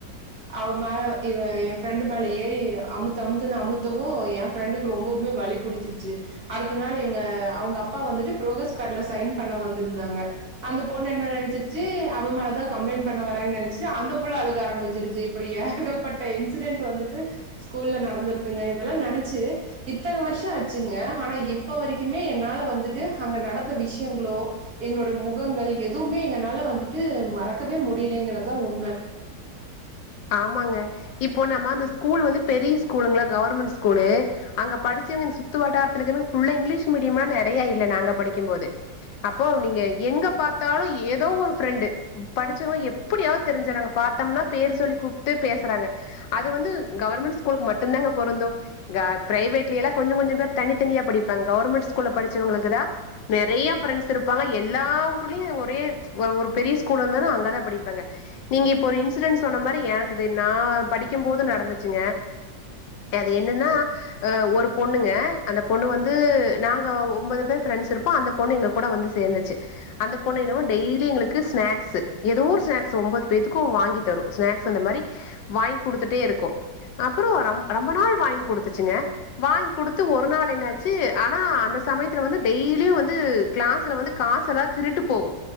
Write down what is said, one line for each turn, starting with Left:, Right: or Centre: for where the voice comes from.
Right: அவ மேல இவ என் ஃப்ரெண்டு மேல ஏறி அமுத்த அமுத்துன்னு அமுத்தவும் என் ஃப்ரெண்டுக்கு ரொம்பவே வலி புடிச்சிருச்சு அடுத்த நாள் எங்க அவங்க அப்பா வந்துட்டு புரோக்ரஸ் கார்டுல சைன் பண்ண வந்திருந்தாங்க அந்த பொண்ணு என்ன நெனச்சிருச்சு அவ மேலதா கம்ப்ளைண்ட் பண்ண வர்றங் நெனச்சிட்டு அந்த புள்ள அதுக்க ஆரம்பிச்சிருச்சு இப்படியே ஏகப்பட்ட இன்சிடென்ட் வந்துட்டு ஸ்கூல்ல நடந்திருக்குங்க இதெல்லா நெனச்சு இத்தன வருஷம் ஆச்சுங்க ஆனா இப்ப வரைக்குமே என்னால வந்துட்டு அங்க நடந்த விஷயங்களோ எங்களுடைய முகங்கள் எதுவுமே எங்கனால வந்துட்டு மறக்கவே முடியலங்கறதுதா உண்ம
Left: ஆமாங்க இப்போ நம்ம அந்த ஸ்கூல் வந்து பெரிய ஸ்கூலுங்களா கவர்மெண்ட் ஸ்கூலு அங்க படிச்சவங்க இந்த சுத்து வட்டாரத்துலக்கிறங் புல்ல இங்கிலீஷ் மீடியமா நெறைய இல்ல நாங்க படிக்குபோது அப்போ நீங்க எங்க பாத்தாலு ஏதோ ஒரு ஃப்ரெண்டு படிச்சவங்க எப்டியாவது தெரிஞ்சறாங்க பாத்தோம்னா பேர் சொல்லி கூப்பிட்டு பேசறாங்க அது வந்து கவர்மெண்ட் ஸ்கூலுக்கு மட்டுதாங்க பொருந்து க பிரைவேட்லயல்லா கொஞ்ச கொஞ்ச பேர் தனித்தனியா படிப்பாங்க கவர்மெண்ட் ஸ்கூல்ல படிச்சவங்களுக்கு தா நிறைய ஃப்ரெண்ட்ஸ் இருப்பாங்க எல்லா ஊர்லேயு ஒரே ஒரு ஒரு பெரிய ஸ்கூல்ல இருந்தனா அங்க தா படிப்பாங்க நீங்க இப்ப ஒரு இன்சிடென்ட் சொன்ன மாரி எனக்குது நா படிக்கு போது நடந்துச்சுங்க அது என்னன்னா ஆ ஒரு பொண்ணுங்க அந்த பொண்ணு வந்து நாங்க ஒன்பது பேர் ப்ரெண்ட்ஸ் இருப்போ அந்த பொண்ணு எங்க கூட வந்து சேந்துச்சு அந்த பொண்ணு என்னமோ டெய்லி எங்களுக்கு ஸ்நாக்ஸ் ஏதோ ஒரு ஸ்ன்ஸ் ஒன்பது பேத்துக்கு வாங்கி தரு ஸ்நக்ஸ் அந்த மாரி வாங்கி கொடுத்துட்டே இருக்கு அப்பறம் ரொம்ப நாள் வாங்கி கொடுத்துச்சுங்க வாங்கி குடுத்து ஒரு நாள் என்னாச்சு ஆனா அந்த சமயத்துல வந்து டெய்லியு வந்து கிளாஸ்ல வந்து காசுலா திருட்டு போகு